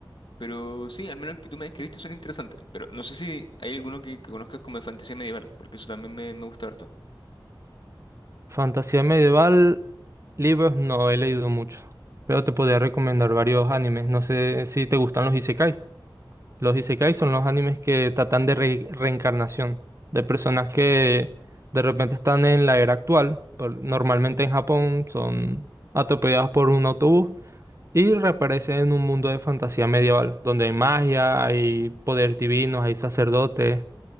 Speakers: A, on the left; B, on the right.
A: pero sí, al menos el que tú me describiste son interesantes, pero no sé si hay alguno que, que conozcas como de fantasía medieval, porque eso también me, me gusta harto.
B: Fantasía medieval, libros no he leído mucho, pero te podría recomendar varios animes. No sé si te gustan los isekai. Los isekai son los animes que tratan de re- reencarnación, de personas que de repente están en la era actual, por- normalmente en Japón son atropellados por un autobús y reaparecen en un mundo de fantasía medieval, donde hay magia, hay poderes divinos, hay sacerdotes,